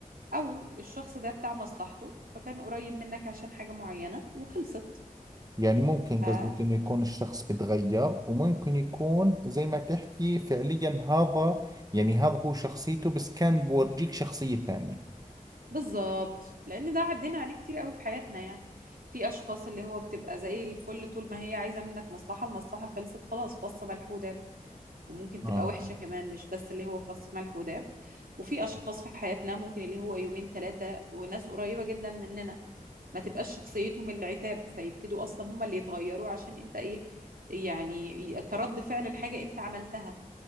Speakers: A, on the right; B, on the right.
A: أو الشخص ده بتاع مصلحته فكان قريب منك عشان حاجة معينة وخلصت
B: يعني ممكن
A: آه
B: قصدك إنه يكون الشخص بتغير وممكن يكون زي ما تحكي فعليا هذا يعني هذا هو شخصيته بس كان بورجيك شخصية ثانية
A: بالظبط لأن ده عدينا عليه كتير قوي في حياتنا يعني في أشخاص اللي هو بتبقى زي الفل طول ما هي عايزة منك مصلحة المصلحة خلصت خلاص فص ملح وداب وممكن تبقى
B: آه
A: وحشة كمان مش بس اللي هو فص ملح وداب وفي أشخاص في حياتنا ممكن اللي هو يومين ثلاثة وناس قريبة جدا مننا ما تبقاش شخصيتهم العتاب فيبتدوا أصلا هم اللي يتغيروا عشان أنت إيه يعني كرد فعل الحاجة أنت عملتها